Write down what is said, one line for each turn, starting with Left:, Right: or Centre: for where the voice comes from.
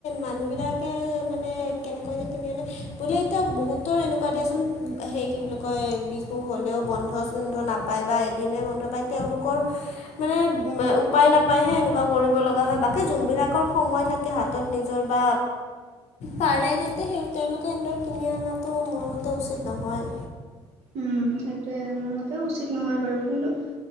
Left: মানুহবিলাকে মানে কেনেকৈ কে কিনি আনে বোলে এতিয়া বহুতৰ এনেকুৱা দিয়াচোন সেই কি বুলি কয় বিহু হ'লেও বন্ধ চন্ধ নাপ- পায় বা এদিনে বন্ধ পায় তেওঁলোকৰ মানে উপায় নাপায়হে এনেকুৱা কৰিব লগা হয় বাকী যোনবিলাক সময় থাকে হাতত নিজৰ বা পাৰে তেন্তে সেই তেওঁলোকে এনেদৰে কিনি অনাটো মোৰ মতে উচিত নহয়।
Right: উম, সেইটোৱে আৰু। মোৰ মতেও উচিত নহয় বাৰু কিন্তু